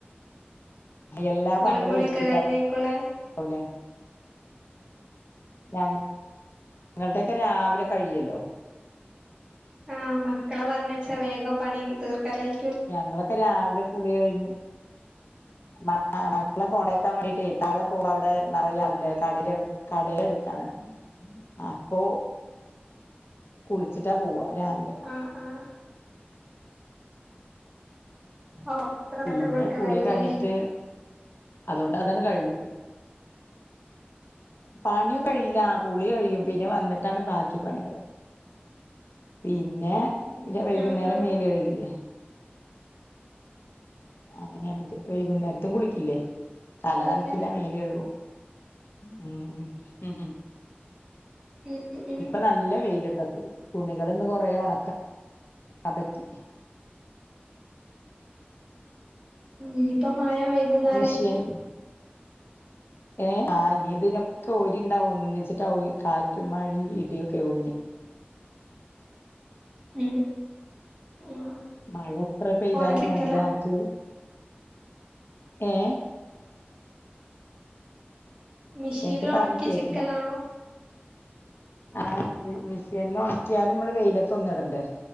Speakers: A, on the left; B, on the right.
A: എല്ലാ
B: ഇങ്ങളെ
A: പണികളും
B: കുളിയൊക്കെ
A: ഒരുക്കിട്ടാപോകല്
B: കഴിഞ്ഞായിക്കുല്ലേ
A: ഞങ്ങളുടെയൊക്കെ രാവിലെ കഴിയല്ലോ
B: ആഹ് മക്കളെ പറഞ്ഞച്ചാ വേഗം പണി തീർക്കലായി
A: ഞങ്ങളൊക്കെ രാവിലെ കുളി കഴിഞ്ഞ് മ മക്കളെ കോണ്ടക്കാൻ വേണ്ടിട്ട് താഴെ പോവ അവിടെ നിറയ ആളില്ലേ കടയുടെ എടുത്താണ് അപ്പൊ കുളിച്ചിട്ടാ പോവ രാവിലെ
B: ആഹ് ആഹ് ഓ അത്ര നേരുത്തെ
A: പിന്നെ
B: കുളിക്കെ
A: കുളി
B: കയിയുമോ
A: കഴിഞ്ഞിട്ട് അതുകൊണ്ട് അതങ്ങ് കഴിഞ്ഞ് പണിയൊന്നും കഴിയില്ല കുളി കഴിയും
B: ഉം
A: പിന്നെ വന്നിട്ടാണ് ബാക്കി പണികള് പിന്നെ വൈകുന്നേരം
B: ഉം ആഹ് ആഹ്
A: മേല് കഴുകില്ലേ അങ്ങനെയ വൈകുന്നേരത്തും കുളിക്കില്ലേ തല
B: അങ്ങനെ
A: നനക്കില്ല മേല് കഴുകും ഉം
B: ഉം ഉം
A: ഇപ്പൊ നല്ല വെയിലിട്ട തുണികൾ ഇന്ന് കൊറ ഉണക്കാൻ പറ്റി
B: ഇനിപ്പം മയ വൈകുന്നേരായിക്കും
A: മിഷീൻ ഏ ആ നി ഇതിനൊക്കെ ഒരിണ്ടാവ ഒന്നിച്ചിട്ടാ കാറ്റും മഴയും ഇടിയൊക്കെ ഓഞ്ഞ്
B: ഉം ഉം
A: മഴ എത്ര പെയ്താലും
B: ഒണക്കിക്കല
A: വേണ്ടില്ല നമുക്ക് ഏ
B: മിഷീനില്
A: എന്ത്
B: ഉണക്കി
A: പറഞ്ഞ് കേട്ടില്ല
B: ചിക്കലാണോ
A: ആ മിഷീനില് ഉണക്കിയാലും നമ്മള് വെയിലത്ത ഒന്ന് ഇടണ്ടേ